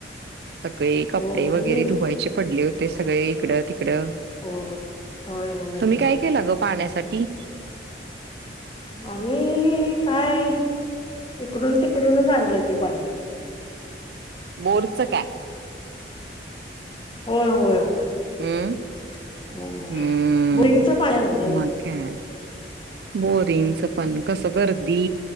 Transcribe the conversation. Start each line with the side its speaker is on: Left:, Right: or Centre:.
Right: सगळे कपडे
Left: हो मी
Right: वगैरे धुवायचे पडले होते सगळे इकड इकड-
Left: हो होय होय
Right: तुम्ही
Left: होय
Right: काय केलं ग पाण्यासाठी
Left: आम्ही काय इकडून ते कडूनच आणलं की, पाणी.
Right: बोरच काय?
Left: होय होय होय.
Right: हम्म.
Left: <unintelligible>
Right: हम्म.
Left: बोरींगचं पाणि आणलं.
Right: मग काय बोरिंगच पण कसं गर्दी